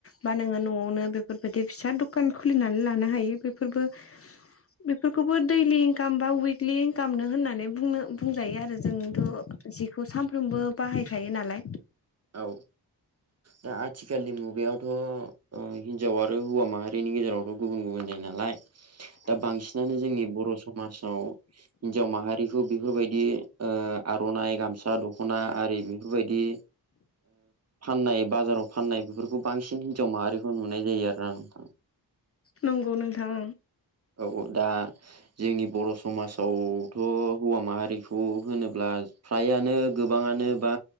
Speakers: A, on the left; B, on the right.
A: बा नोंङो नआवनो बेफोरबायदि फिसा दखान खुलिनानै लानो हायो बेफोरबो बेफोरखौबो दैलि इनकाम बा उइकलि इनकामनो होननानै बुंनो बुंजायो आरो जोंथ' जिखौ सानफ्रोमबो बाहायखायो नालाय
B: औ दा आथिखालनि मुगायावथ' हिनजाव आरो हौवा माहारिनि गेजेरावथ' गुबुन गुबुन जायो नालाय
A: आ
B: दा बांसिनानो जोंनि बर' समाजाव हिन्जाव माहारिखौ बेफोरबायदि आर'नाइ गामसा दख'ना आरि बेफोरबायदि फाननाय बाजाराव फाननाय बेफोरखौ बांसिन हिन्जाव माहारिखौ नुनाय जायो आरोना नोंथां
A: नंगौ नोंथां
B: औ दा जोंनि बर' समाजावथ' हौवा माहारिखौ होनोब्ला फ्रायानो गोबाङानो बा